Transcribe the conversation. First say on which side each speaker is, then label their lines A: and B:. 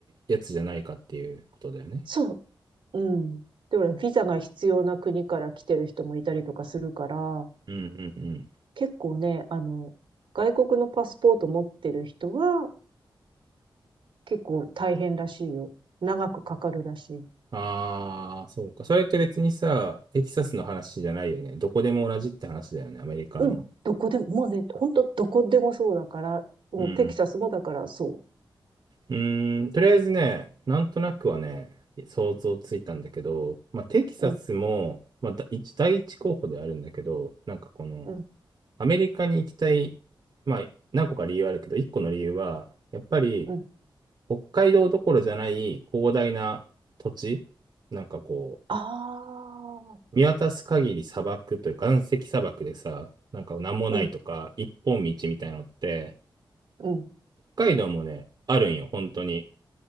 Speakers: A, on the right (about 55°); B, on the right (about 75°).
A: いやつじゃないかっていうことだよね。
B: そう。うん。で、ほら、ビザが必要な国から来てる人もいたりとかするから、
A: うんうんうん。
B: 結構ね、あの、外国のパスポート持ってる人は結構大変らしいよ。長くかかるらしい。
A: ああ、そうか。それって別にさ、テキサスの話じゃないよね。どこでも同じって話だよね、アメリカの。
B: うん。どこでも、もうね、ほんとどこでもそうだから、もうテキサスもだからそ
A: うんうーん、とりあえずね、なんとなくはね、想像ついたんだけど、まあ、テキサスも、
B: う。うん、
A: まあ、だ一第一候補ではあるんだけど、なんかこの、
B: うん、
A: アメリカに行きたい、まあ、何個か理由あるけど、一個の理由は、やっぱり、
B: うん。
A: 北海道どころじゃない広大な土地、なんかこ
B: ああ、
A: う、見渡す限り砂漠というか、岩石砂漠でさ、なんか何もないとか、
B: うん、
A: 一本道みたいなのって、
B: うん。
A: 北海道もね、あるんよ、本当に。